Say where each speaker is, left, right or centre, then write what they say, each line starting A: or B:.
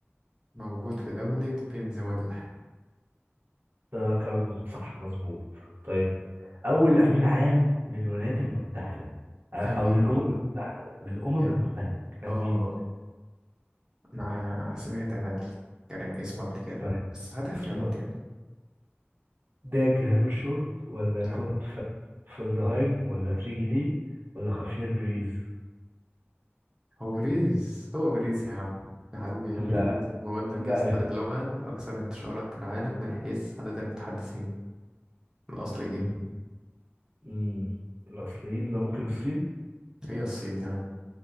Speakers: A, on the right; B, on the right.
A: موجود في دولة فنزويلا
B: ده كلام صح مظبوط طيب أول أمين عام للولايات المتحدة أ-
A: أمين
B: أو للأمم المتحدة للأمم
A: يعني
B: المتحدة كان
A: اه
B: مين؟
A: انا سمعت انا الكلام اسمه قبل كده
B: طيب
A: بس هات اختيارات
B: اسمه
A: يعني
B: داج هامرشولد ولا
A: لا
B: كورت ف- فلدهايم ولا تريجي لي ولا خافير بريز؟
A: هو بريز هو بريز يا عم يا حبيبي يا
B: لا
A: بريز بقول لك
B: لا
A: يا اسطى
B: ال-
A: اللغة الأكثر انتشارا في العالم من حيث عدد المتحدثين الأصليين
B: م- م- الأصليين ده ممكن الصين؟
A: هي الصين يا عم